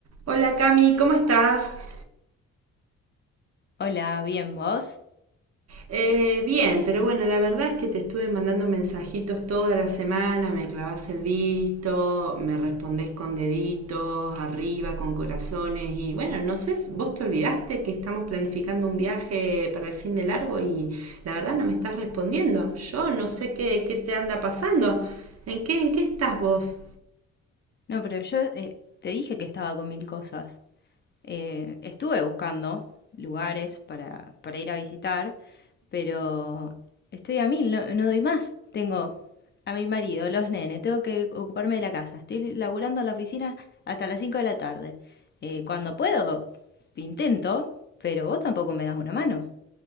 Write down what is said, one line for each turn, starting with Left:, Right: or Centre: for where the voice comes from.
Right: Hola Cami, ¿cómo estás?
Left: Hola, bien, ¿vos?
Right: Eh, bien, pero bueno, la verdad es que te estuve mandando mensajitos toda la semana, me clavás el visto, me respondés con deditos, arriba, con corazones y bueno, no sé, vos te olvidaste que estamos planificando un viaje para el fin de largo y la verdad no me estás respondiendo. Yo no sé qué, qué te anda pasando. ¿En qué, en qué estás vos?
Left: No, pero yo eh, te dije que estaba con mil cosas. Eh, estuve buscando lugares para, para ir a visitar, pero estoy a mil, no, no doy más. Tengo a mi marido, los nenes, tengo que ocuparme de la casa. Estoy laburando en la oficina hasta las 5 de la tarde. Eh, cuando puedo, intento, pero vos tampoco me das una mano.